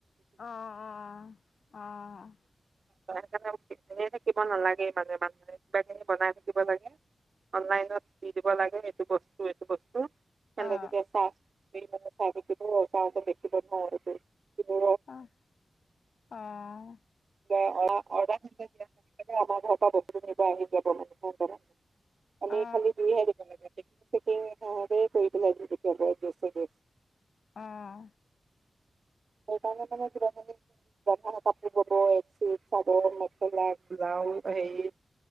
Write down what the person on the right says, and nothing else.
সেইকাৰে এনে থাকিব নালাগে মানে মানুহে। বনাই থাকিব লাগে অনলাইনত দি দিব লাগে এইটো বস্তু এইটো বস্তু। তেনেকেকে
চাই। ম চাগো চা দেখিবন ন।
অ অ দিয়। আমাৰ ঘৰ পৰা বস্ত নিবা আহি যাব মানে। আমি
খালি‌ দি আহো তেনেকে। ক
সেইকাৰ মানে। য কাপ। এক চাদৰ মেখেলা গা হেৰি